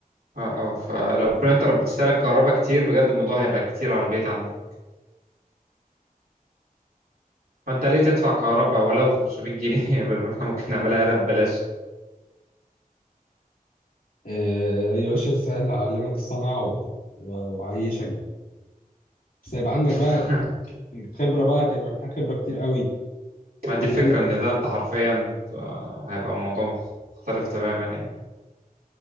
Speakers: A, on the right; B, on the left.
A: اه اه فلو برينتر بتستهلك كهرباء كتير بجد الموضوع هيبقى كتير على البيت عندك فانت ليه تدفع كهرباء ولو 500 جنيه <laughs> بدل ما احنا ممكن نعملها هنا ببلاش
B: آه يا باشا سهل اعلمك الصنعه و... و... وعيشك بقى بس هيبقى عندك
A: <laughs>
B: بقى الخبره بقى هتبقى محتاج خبره كتير قوي
A: ما دي
B: وطريقه
A: الفكرة ان ده انت حرفيا آه، هيبقى موضوع مخ- مختلف تماما يعني